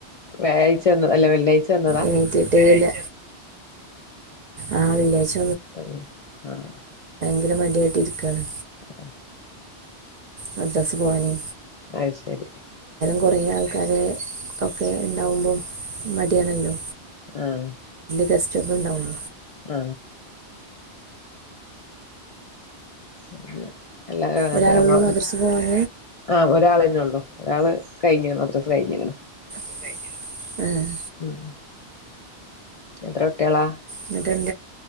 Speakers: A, on the left; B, on the right.
A: വ്യാഴാഴ്ച വന്ന അല്ല വെള്ളിയാഴ്ച വന്നതാ
B: എണീറ്റിട്ടേ ഇല്ല ആഹ് വെള്ളിയാഴ്ച
A: അ ഹ് ആഹ്
B: ങ്കര മടിയായിട്ടിരിക്കാണ്
A: അഹ്
B: മധസ് പോവാന്
A: അഹ് ശരി
B: കുറേ ആൾക്കാരെ ഒക്കെ ണ്ടാവുമ്പം മടിയാണല്ലോ
A: ആഹ്
B: ഗെസ്റ്റൊക്കെണ്ടാവോ
A: ആ അ എല്ലാരും അങ്ങൻത്തെന്നെ
B: ഒരാളുള്ളൂ
A: പർഞ്
B: മദ്രസ പോകാൻ
A: ആഒരാളെന്നെ ഒള്ളൂ ഒരാള് കയ്ഞ് മദ്രസ് കയ്ഞ്ക്ക്ണ്
B: <inaudible>
A: ഉം എത്ര കുട്ട്യാളാ
B: എന്നിട്ട്